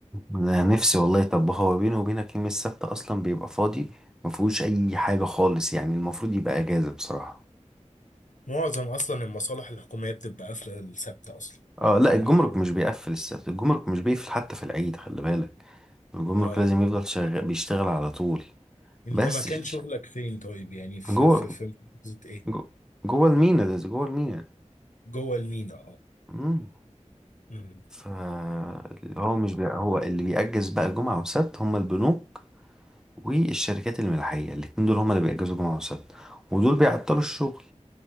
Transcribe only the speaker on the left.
معظم أصلا المصالح الحكومية بتبقى قافلة السبت أصلا
جمعة
اه آه.
أنت
مكان
شغلك
فين طيب يعني في
في في محافظة إيه
جوه المينا اه
مم.